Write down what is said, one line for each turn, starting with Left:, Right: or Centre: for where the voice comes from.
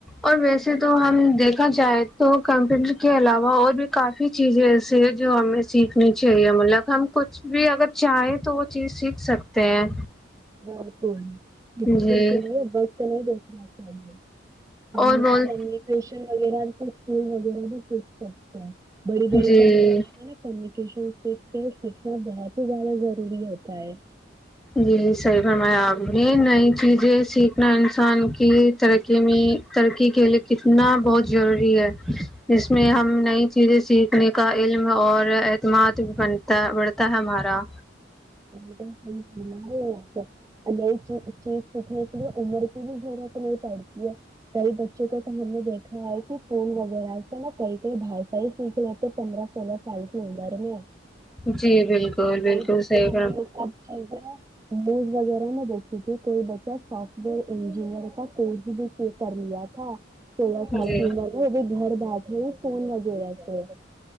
Centre: اور ویسے تو ہم دیکھا جائے تو کمپیوٹر کے علاوہ اور بھی کافی چیزیں ایسی ہے جو ہمیں سیکھنی چاہیے مطلق ہم کچھ بھی اگر چاہیں تو وہ چیز سیکھ سکتے ہیں
Right: ر تو <unintelligible> دنےے
Centre: جی
Right: بس تو نہیں دیکھنا چاہیے ہم
Centre: اور بول
Right: کمیونکیشن وغیرہ سے وغیرہ بھی سیکھ سکتے ہیں بڑی بڑی
Centre: جی
Right: کمپنییاں میں نا کمی شیک سیکھنا بہت ہی زیادہ ضروری ہوتا ہے
Centre: جی جی صحیح فرمایا آپ نے نئی چیزیں سیکھنا انسان کی ترقی میں ترقی کے لیے کتنا بہت ضروری ہے ج میں ہم نئی چیزیں سیکھنے کا علم اور اعتماد بنتا بڑھتا ہے ہمارا
Right: جن <unintelligible> ہار <unintelligible> نئی چیز سیکھنے کے لیے عمر کی بھی ضرورت نہیں پڑتی ہے کئی بچوں کو تو ہم نے دیکھا ہے کہ فول وغیرہ میں کئی کئی باشا سیکھ رہتے پندرہ سولہ سال کی عمر میں
Centre: جی بالکل بالکل
Right: کئی بچوں
Centre: صحی <unintelligible>
Right: یہ سب چیزیں <unintelligible> وز وغیرہ میں دیکھی تھی کوئی بچہ سافٹ ویئر انجینئر کا کورس بھی کر لیا تھا سولہ سال
Centre: جی
Right: کی عمر میں وہ بھی گھر بٹری فون وغیرہ سے